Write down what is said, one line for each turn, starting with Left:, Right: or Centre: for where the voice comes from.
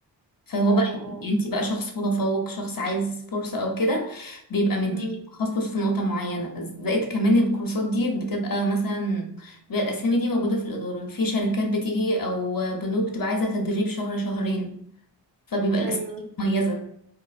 Left: فهو
Right: اه اه
Left: بقى انت بقى شخص متفوق شخص عايز فرصة او كده بيبقى مديكي
Right: امم
Left: تخصص في نقطة معينة زائد كمان الكورسات دي بتبقى مثلا بيبقى الاسامي دي موجودة في الإدارة في شركات بتيجي او بنوك بتبقى عايزة تدريب شهر شهرين فبيبقى الاسامي
Right: ايوه
Left: دي مميزة